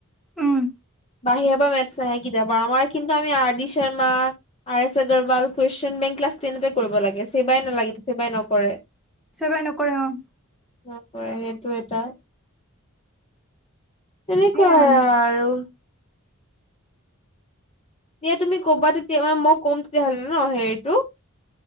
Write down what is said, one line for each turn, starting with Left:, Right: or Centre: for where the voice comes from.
Centre: উম
Left: বাহিৰ পৰা মেতছ নাহে কেতিয়াও। আমাৰ কিন্তু আ R D Sharma, R S Agarwal, question bank class তেনতেই কৰিব লাগে। চেবাই নালাগে, চেবাই নকৰে।
Centre: চেবাই নকৰে অ',
Left: নকৰে সেইটো এটা। তেনেকুৱাই
Centre: সেয়া মানে
Left: আৰু। এয়া তুমি ক'বা, তেতিয়া মে মই ক'ম তেতিয়াহ'লে ন হেৰিটো।